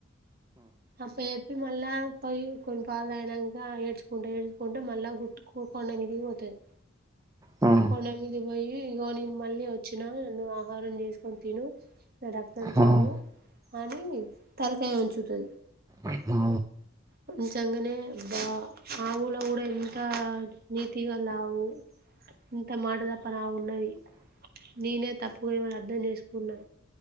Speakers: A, on the right; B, on the right.
A: అప్ప జెప్పి మళ్ళా పోయి కొన్ని పాలు దాగినంక ఏడ్చుకుంట ఏడ్చుకుంట మళ్ళ గుట్కు కొండమీదికి పోతది
B: ఉమ్ ఉమ్ ఉమ్
A: కొండమీదికి పోయ్యి ఇగో నేను మళ్ళీ ఒచ్చినా నన్ను ఆహారం జేసుకొని తిను రక్తం తాగు
B: ఉమ్,
A: అని తలకాయ వంచుతది
B: అ హా
A: వంచంగనే బా ఆవులో గూడ ఎంత నీతిగల్లావు ఇంత మాట తప్పనావు ఉన్నది, నేనే తప్పుగా ఈమని అర్థం జేసుకున్నా